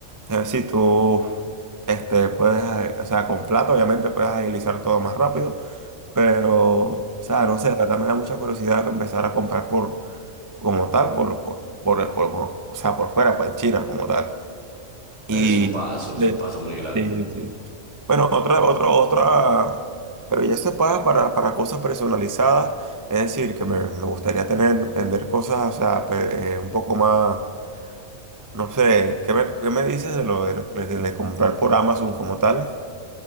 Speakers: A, on the right (about 20°); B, on the right (about 60°).
A: Es decir, tú este, puedes, eh, o sea, con plata obviamente puedes agilizar todo más rápido, pero, o sea, no sé, la verdad me da mucha curiosidad empezar a comprar por, como tal, por, por, por, por- por- o sea, por fuera, pues en China como tal.
B: Pero
A: Y...
B: es un paso, es
A: Sí,
B: un paso muy grande.
A: sí, sí. Bueno, otra, otra, otra, pero ya se paga para, para cosas personalizadas, es decir, que me, me gustaría tener, vender cosas, o sea, pe- eh, un poco más, no sé, ¿qué me, qué me dices de lo de, lo- de- de comprar por Amazon como tal?